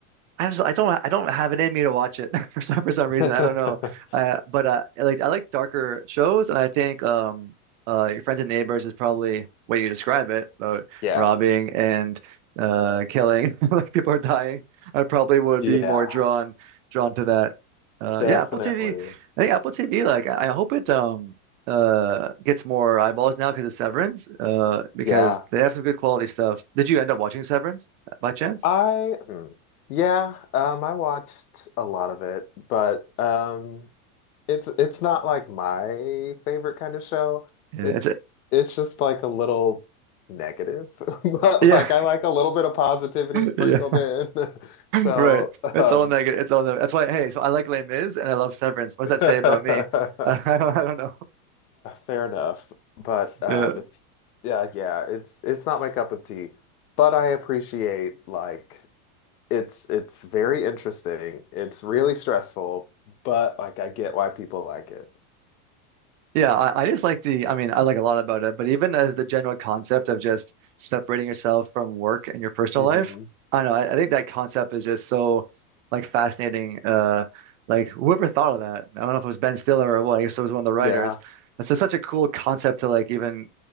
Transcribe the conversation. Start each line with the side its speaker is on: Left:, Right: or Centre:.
Right: I just I don't I don't have it in me to watch it <laughs> for some for some
Left: <laughs>
Right: reason I don't know uh, but uh, I like I like darker shows and I think um uh Your Friends and Neighbors is probably way you describe it about
Left: Yeah.
Right: robbing and uh killing <laughs> like people are dying I probably would
Left: Yeah,
Right: be more drawn drawn to that uh
Left: definitely.
Right: yeah Apple TV I think Apple TV like I I hope it um uh gets more eyeballs now because of Severance uh because
Left: Yeah.
Right: they have some good quality stuff did you end up watching Severance by chance?
Left: I hmm. yeah, um I watched a lot of it, but um it's it's not like my favorite kind of show.
Right: Yeah,
Left: It's
Right: it's a,
Left: it's just like a little negative, <laughs> but
Right: yeah,
Left: like I like a little bit of positivity
Right: <laughs>
Left: sprinkled
Right: yeah,
Left: in. <laughs> So,
Right: right. It's
Left: um
Right: all negative. It's all negative. That's why. Hey, so I like Les Mis and I love Severance. What does
Left: <laughs>
Right: that say
Left: uh,
Right: about me? <laughs> I don't, I don't
Left: fair enough, but um
Right: know.
Left: it's yeah, yeah, it's it's not my cup of tea, but I appreciate like It's it's very interesting. It's really stressful, but like I get why people like it.
Right: Yeah, I, I just like the, I mean, I like a lot about it, but even as the general concept of just separating yourself from work and your personal
Left: hmm
Right: life, I don't know, I, I think that concept is just so like fascinating. Uh, like whoever thought of that? I don't know if it was Ben Stiller or what. I guess it was one of the writers.
Left: Yeah,
Right: It's just such a cool concept to like even